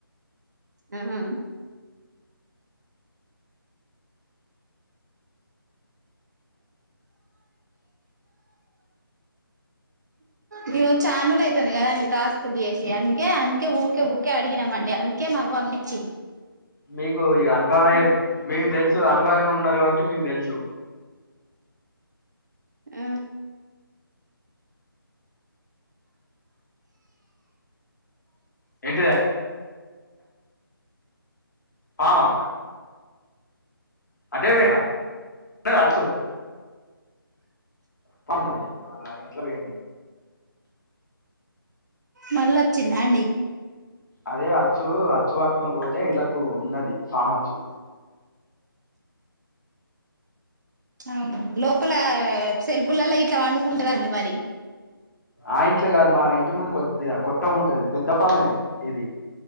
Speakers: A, on the right; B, on the left.
A: హు మేము ఛాన్ రోజులు అయితుంది కదండి, టాస్కులు చేసి అందుకే అందుకే ఊకే ఊకే అడిగినామండి అందుకే మాకు పంపించి.
B: మీకు ఈ అనుభవమ మీకు తెలుసు అనుభవమై ఉన్నారు కాబట్టి మీకు తెలుసు.
A: ఆ
B: ఏంటిది పామా అటే పోయిరా ఉండే కాచ్చు పడినది ఆ లైన్లో ట్లా పోయింది
A: మళ్ళ వచ్చిందా అండి
B: అదే అచ్చు అచ్చు పట్టుకొని పోతే ఇంట్లకు ఉన్నది పామొచ్చు.
A: ఆవ్ లోపల సెల్ప్ లల్లో ఇట్లా పండుకుంటదండి మరి.
B: ఆ ఇంట్లో కాదు మా ఇంటి ముందు కొద్ది కొట్ట ఉంటది పెద్ద పామే ఇది